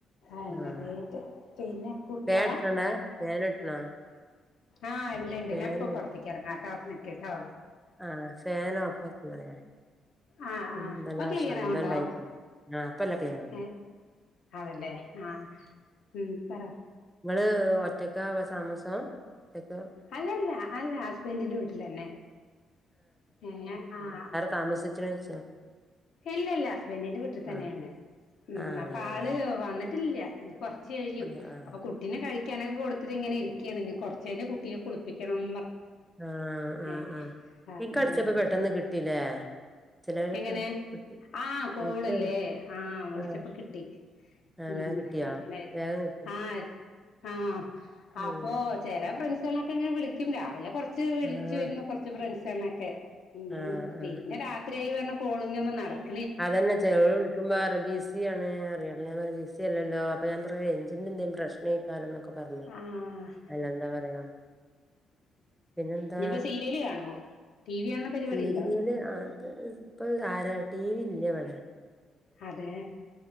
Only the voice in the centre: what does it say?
ആഹ്
ഫാൻ ഇട്ടണേ ഫാൻ ഇട്ടണോ
ഫാൻ
ആഹ് ഫാൻ ഓഫ് ആക്കിയാളി.
പിന്നെ
എന്തെല്ലാം
ശബ്ദമുണ്ടായി
ആഹ് ഇപ്പം എല്ലാം ക്ലിയറാണ്
ഇങ്ങള് ഒറ്റക്കാ താമസം ഒറ്റക്ക
താമസിച്ചു കഴിച്ചാ
ആഹ്
ആഹ് അങ്ങനെല്ലേ
ആഹ് ആഹ്
ആഹ് ആഹ്ആഹ്
ഇന്കടിച്ചപ്പോ പെട്ടന്ന് കിട്ടില്ലേ. ചിലവർക്ക്
കിട്ടി
ഇൻക്ക്
ആഹ്
ആഹ്
വേഗം കിട്ടിയോ
വേഗം കിട്ടിയോ
ഉം ഉം
ആഹ്
ആഹ്
ആഹ്
അതെന്ന് ചേലോരെ വിളിക്കുമ്പറയും ബിസി ബിസിയാണ് റയാ അപ്പ ഞാ പറഞ്ഞ് ബിസിയലല്ലോ അപ്പൊ ഞാൻ പറഞ്ഞ് റൈഞ്ചിന്റെ എന്തെലും പ്രശ് ലെ ക്കാരം ന്നൊക്കെ പറഞ്ഞു.
അല്ലാന്ത പറയാ പിന്നെന്താ
സീരിയല്
അത് ഇപ്പൊ ആരാ ടി വി ഇല്ല ഇവടെ.